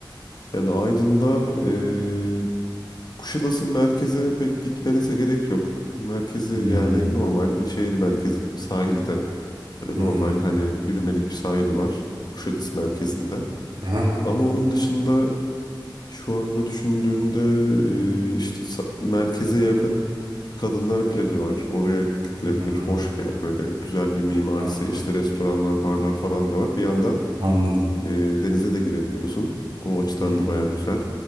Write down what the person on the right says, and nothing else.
Hmm,
hmm,
aha,
hmm,
anladım.
Anladım.
Hmm,